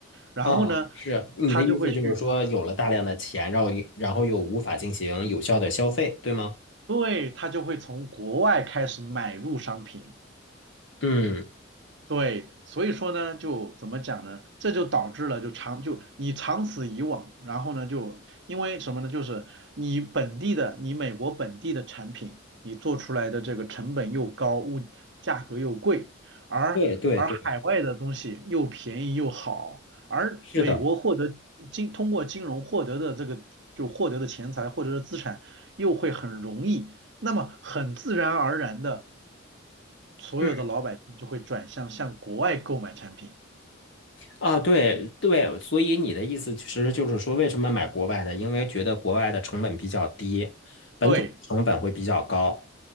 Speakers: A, on the right; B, on the left.
A: 然后呢，
B: 啊，是你的意思就是说，
A: 他就会去，
B: 有了大量的钱，然后然后又无法进行有效的消费，对吗？
A: 对，他就会从国外开始买入商品。
B: 嗯，
A: 对，所以说呢，就怎么讲呢？这就导致了，就长就你长此以往，然后呢，就因为什么呢？就是你本地的，你美国本地的产品，你做出来的这个成本又高，物价格又贵，而而海外的东西又便宜又好，
B: 对对对，
A: 而美国获得金通过金融获得的这个就获得的钱财获得的资产又会很容易，
B: 是的，
A: 那么很自然而然的。所有的老百姓就会转向向国外购买产品。
B: 嗯。啊，对对，所以你的意思其实就是说，为什么买国外的？因为觉得国外的成本比较低，本土成本会比较高。
A: 对